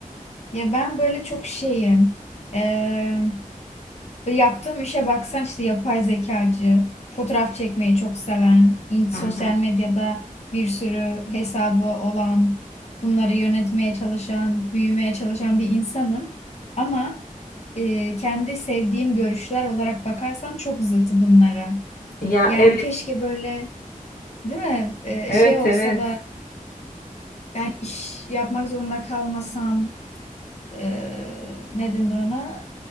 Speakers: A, on the left (about 50°); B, on the left (about 80°).
A: Ya ben böyle çok şeyim. Ee, yaptığım işe baksan işte yapay zekacı, fotoğraf çekmeyi çok seven, in- sosyal
B: Hı hı.
A: medyada bir sürü hesabı olan, bunları yönetmeye çalışan, büyümeye çalışan bir insanım. Ama e, kendi sevdiğim görüşler olarak bakarsan çok zıt bunlara.
B: Ya
A: Yani
B: evet,
A: keşke böyle değil mi? E,
B: evet,
A: şey olsa
B: evet.
A: da Yani iş yapmak zorunda kalmasam e, ne denir ona?